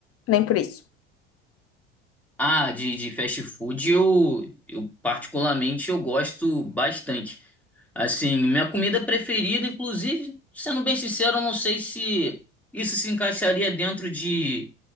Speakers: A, on the left; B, in the centre.
A: nem por isso?
B: Ah, de, de fast food eu, eu particularmente eu gosto bastante. Assim, minha comida preferida, inclusive, sendo bem sincero, eu não sei se isso se encaixaria dentro de,